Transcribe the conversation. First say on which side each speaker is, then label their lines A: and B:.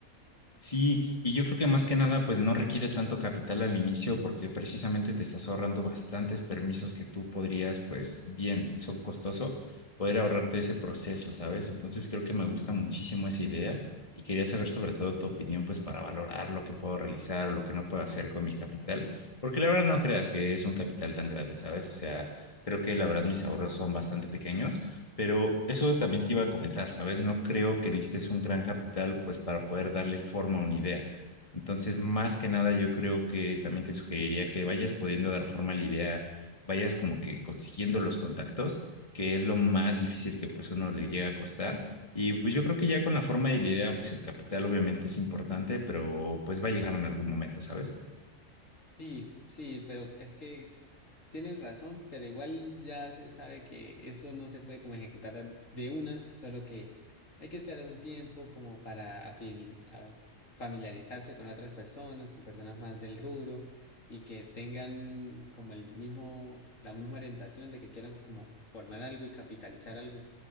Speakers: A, on the left (about 25°); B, on the left (about 70°).
A: Sí, y yo creo que más que nada, pues no requiere tanto capital al inicio porque precisamente te estás ahorrando bastantes permisos que tú podrías, pues bien, son costosos, poder ahorrarte ese proceso, ¿sabes? Entonces creo que me gusta muchísimo esa idea y quería saber sobre todo tu opinión, pues para valorar lo que puedo realizar o lo que no puedo hacer con mi capital, porque la verdad no creas que es un capital tan grande, ¿sabes? O sea, creo que la verdad mis ahorros son bastante pequeños. Pero eso también te iba a comentar, ¿sabes? No creo que necesites un gran capital pues para poder darle forma a una idea. Entonces, más que nada, yo creo que también te sugeriría que vayas pudiendo dar forma a la idea, vayas como que consiguiendo los contactos, que es lo más difícil que pues uno le llega a costar. Y pues yo creo que ya con la forma de la idea, pues el capital obviamente es importante, pero pues va a llegar en algún momento, ¿sabes?
B: Sí, sí, pero es que tienes razón, pero igual ya se sabe que esto no se puede como ejecutar de unas, solo que hay que esperar un tiempo como para afili- a- familiarizarse con otras personas, con personas más del rubro y que tengan como el mismo, la misma orientación de que quieran como formar algo y capitalizar algo